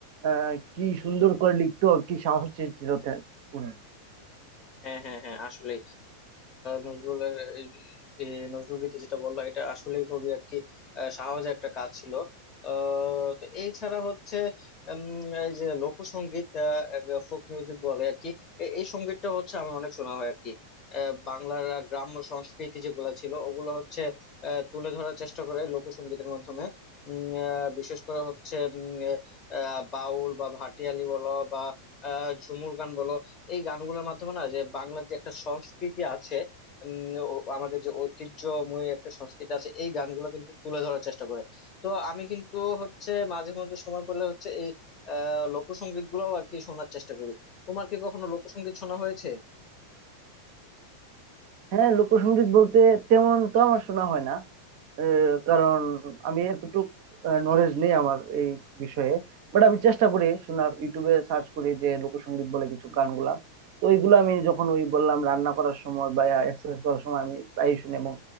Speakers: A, on the right; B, on the left.
A: আহ, কি সুন্দর করে লিখতো কি সাহস ছিল তে- উনি
B: হ্যাঁ হ্যাঁ হ্যাঁ আসলে নজরুলের এই এই নজরুল গীতি যেটা বললো এটা আসলে খুবই আর কি আহ, সাহসের একটা কাজ ছিল আহ, তো এই ছাড়া হচ্ছে উম, এই যে লোকসঙ্গীত ফোক মিউজিক বলে আর কি এ- এই সঙ্গীতটা হচ্ছে আমার অনেক শোনা হয় আর কি আহ, বাংলার আহ, গ্রাম্য সংস্কৃতি যেগুলো ছিল ওগুলো হচ্ছে আহ, তুলে ধরার চেষ্টা করে লোকসঙ্গীতের মাধ্যমে উম, আহ, বিশেষ করে হচ্ছে উম, আহ, বাউল বা ভাটিয়ালি বলো বা আহ, ঝুমুর গান বলো এই গানগুলোর মাধ্যমে না যে বাংলার যে একটা সংস্কৃতি আছে উম, ও- আমাদের যে ঐতিহ্যময় একটা সংস্কৃতি আছে এই গানগুলো কিন্তু তুলে ধরার চেষ্টা করে তো আমি কিন্তু হচ্ছে মাঝে মধ্যে সময় পেলে হচ্ছে এই আহ লোকসঙ্গীত গুলো আর কি শোনার চেষ্টা করি তোমার কি কখনো লোকসঙ্গীত শোনা হয়েছে
A: হ্যাঁ লোকসঙ্গীত বলতে তেমন তো আমার শোনা হয় না আহ, কারণ আমি এতটুক নলেজ নেই আমার এই বিষয়ে বাট আমি চেষ্টা করি শোনার ইউটিউবে সার্চ করি যে লোকসঙ্গীত বলে কিছু গানগুলা তো এইগুলো আমি যখন ওই বললাম রান্না করার সময় বা এক্সারসাইজ করার সময় আমি প্রায়ই শুনি এবং